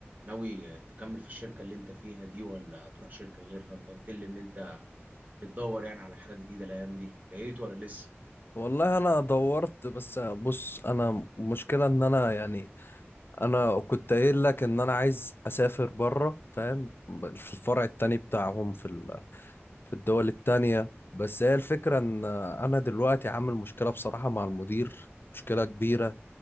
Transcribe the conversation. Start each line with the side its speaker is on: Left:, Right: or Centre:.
Right: ناوي تكمل في الشركة اللي انت فيها دي ولا تروح شركة غيرها انت قلت لي ان انت بتدور يعني على حاجة جديدة الايام دي لقيت ولا لسه
Left: والله انا دورت بس بص انا مشكلة ان انا يعني انا كنت قايل لك ان انا عايز اسافر بره فاهم في الفرع التاني بتاعهم في ال- في الدول التانية بس هي الفكرة ان انا دلوقتي عامل مشكلة بصراحة مع المدير مشكلة كبيرة